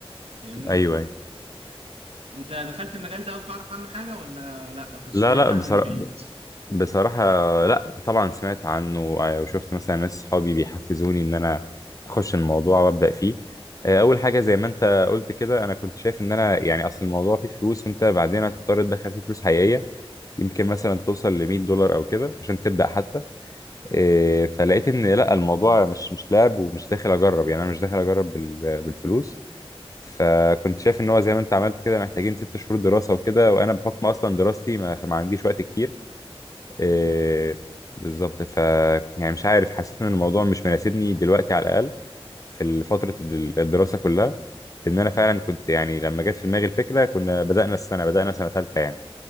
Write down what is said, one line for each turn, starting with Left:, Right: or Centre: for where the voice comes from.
Right: فاهمني؟
Left: ايوه ايوه
Right: أنت دخلت المجال ده أو تعرف عنه حاجة ولا لأ؟ كنت
Left: لا
Right: سمعت
Left: لا
Right: عنه
Left: بصراحة
Right: من بعيد
Left: بصراحة لا طبعا سمعت عنه آه، وشفت مثلا ناس صحابي بيحفزوني ان انا اخش الموضوع وابدأ فيه آه، اول
Right: مم.
Left: حاجة زي ما انت قلت كده انا كنت شايف ان انا يعني اصل الموضوع فيه فلوس وانت بعدين هتضطر تدخل فيه فلوس حقيقية يمكن مثلا توصل ل 100 دولار او كده عشان تبدأ حتى آه، فلقيت ان لا الموضوع مش مش لعب ومش داخل اجرب يعني انا مش داخل اجرب بال- بالفلوس فكنت شايف ان هو زي ما انت عملت كده محتاجين ست شهور دراسة وكده وانا بحكم اصلا دراستي ما ما عنديش وقت كتير إيه
Right: مم.
Left: بالظبط ف يعني مش عارف حسيت ان الموضوع مش مناسبني دلوقتي على الاقل في فتره الدراسه كلها لان انا فعلا كنت يعني لما جت في دماغي الفكره كنا بدانا السنه بدانا سنه ثالثه يعني